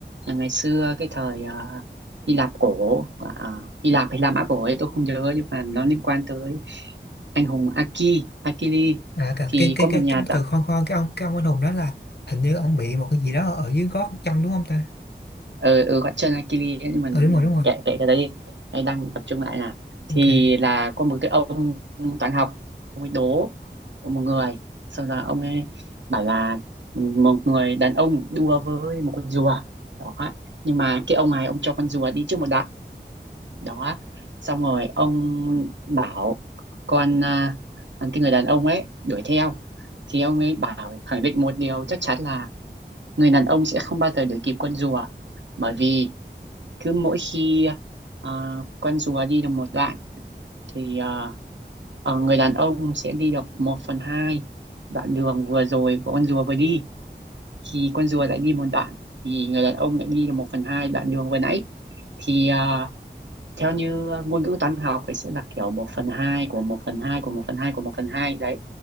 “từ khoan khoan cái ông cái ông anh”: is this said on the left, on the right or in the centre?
Left